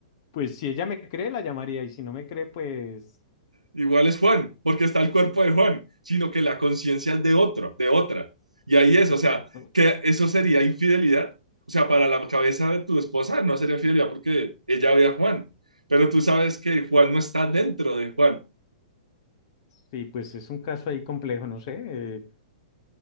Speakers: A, on the left; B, on the right.
A: pues si ella me cree, la llamaría, y si no me cree, pues,
B: Igual es Juan, porque está el cuerpo de Juan, sino que la conciencia es de otro, de otra. Y ahí es,
A: exacto.
B: o sea, que eso sería infidelidad. O sea, para la cabeza de tu esposa no sería infidelidad porque ella ve a Juan, pero tú sabes que Juan no está dentro de Juan.
A: Sí, pues es un caso ahí complejo, no sé. eh,